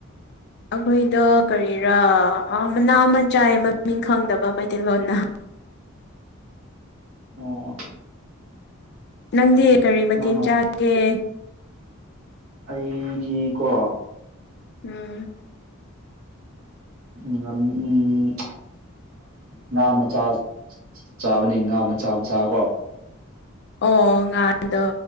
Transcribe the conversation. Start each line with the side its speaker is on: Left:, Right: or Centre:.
Left: ꯑꯩꯈꯣꯏꯗ ꯀꯔꯤꯔꯥ ꯃꯅꯥ ꯑꯃ ꯆꯥꯏ ꯃꯃꯤꯡ ꯈꯪꯗꯕ ꯃꯩꯇꯩꯂꯣꯟꯅ
Right: ꯑꯣ
Left: ꯅꯪꯗꯤ ꯀꯔꯤ ꯃꯇꯦꯡ
Right: ꯅꯪꯅ
Left: ꯆꯥꯡꯒꯦ
Right: ꯑꯩꯗꯤꯀꯣ
Left: ꯎꯝ
Right: ꯎꯝ ꯎꯝ ꯉꯥ ꯃꯆꯥ ꯆꯥꯕꯅꯤ ꯉꯥ ꯃꯆꯥ ꯃꯆꯥ ꯀꯣ
Left: ꯑꯣ ꯉꯥꯡꯗꯣ꯫